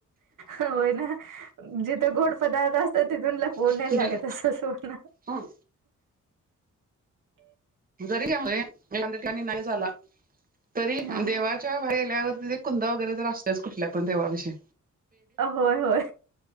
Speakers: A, on the right; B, on the right.
A: हो होय ना जिथं गोड पदार्थ असतात तिथून ला ओ नाहीय
B: की-
A: लागत
B: जरी
A: अस सोना.
B: हं, जरी त्यामध्ये <unintelligible> नाही झाला तरी
A: हा
B: देवा च्या बाहेर गेल्यावरती ते कुंद वगरे तर असतेच कुठल्या पण देवळापाशी.
A: अ होय होय,